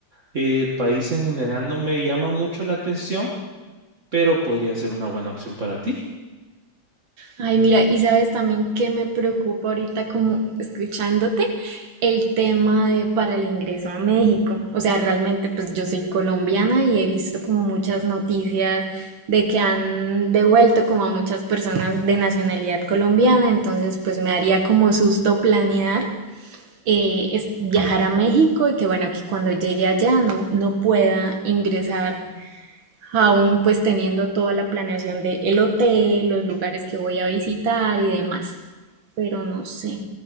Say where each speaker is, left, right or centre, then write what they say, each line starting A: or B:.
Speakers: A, on the right; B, on the right.
A: eh, el país en general no me llama mucho la atención, pero podría ser una buena opción para ti.
B: Ay, mira, y sabes también que me preocupa ahorita como escuchándote el tema de para el ingreso a México. O sea, realmente pues yo soy colombiana y he visto como muchas noticias de que han devuelto como a muchas personas de nacionalidad colombiana, entonces pues me haría como susto planear eh, es viajar a México y que bueno, que cuando llegue allá no, no pueda ingresar aún pues teniendo toda la planeación de el hotel, los lugares que voy a visitar y demás. Pero no sé.